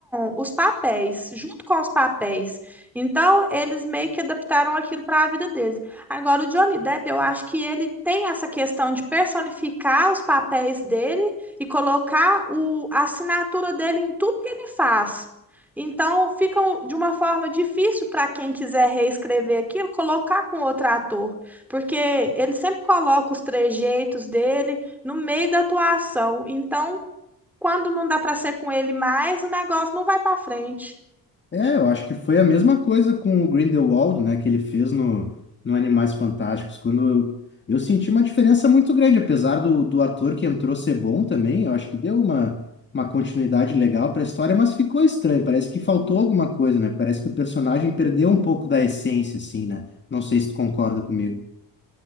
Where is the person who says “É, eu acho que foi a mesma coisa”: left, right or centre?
Left